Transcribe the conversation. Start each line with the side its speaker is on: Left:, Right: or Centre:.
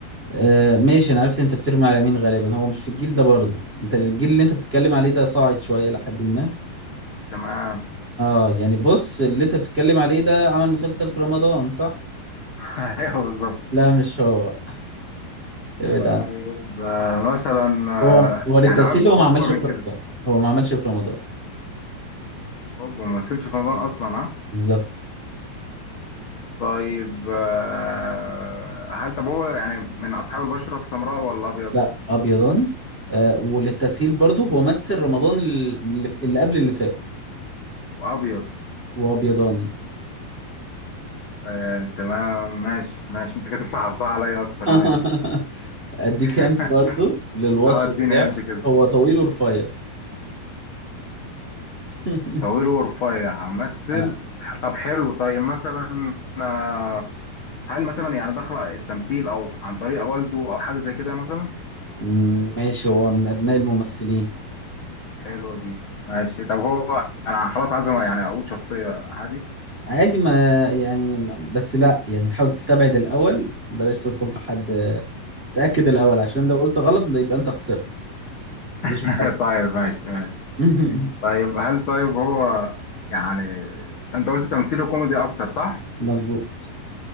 Right: آه ماشي انا عرفت انت بترمي على مين غالبا هو مش في الجيل ده برضه انت الجيل اللي انت بتتكلم عليه ده صاعد شويه لحد ما
Left: تمام
Right: اه يعني بص اللي انت بتتكلم عليه ده عمل مسلسل في رمضان صح
Left: <laughs> ايوه بالظبط
Right: لا مش هو ابعد
Left: طيب آه، مثلا آه،
Right: هو هو للتسهيل
Left: يعني أك- هو
Right: هو ما عملش
Left: اكبر من
Right: في
Left: كده
Right: رمضان هو ما عملش في رمضان
Left: اوبا ما مثلش في رمضان اصلا ها
Right: بالظبط
Left: طيب آه، هل طب هو يعني من اصحاب البشره السمراء ولا ابيض
Right: لا ابيضاني آه وللتسهيل برضه هو مثل رمضان اللي, اللي قبل اللي فات
Left: وابيض
Right: وابيضاني
Left: آه تمام ماشي ماشي انت كده صعبتها عليا اكتر
Right: <laughs>
Left: ماشي
Right: اديك
Left: <laughs>
Right: انت برضه للوصف
Left: اه اديني
Right: بتاعه
Left: هنت كده
Right: هو طويل ورفيع <laughs>
Left: طويل ورفيع مثل
Right: آه.
Left: طب حلو طيب مثلا آه، هل مثلا يعني دخل التمثيل او عن طريق والده او حاجه زي كده مثلا
Right: م- ماشي هو من ابناء الممثلين
Left: حلو دي ماشي طب هو انا خلاص عايز يعني اقول شخصيه عادي
Right: عادي ما يعني بس لا يعني حاول تستبعد الاول بلاش تدخل في حد تاكد الاول عشان لو قلت غلط يبقى انت خسرت مفيش
Left: <laughs> طيب ماشي ماشي
Right: محاولة <laughs>
Left: طيب هل طيب هو يعني انت قلت تمثيله كوميدي اكتر صح؟
Right: مظبوط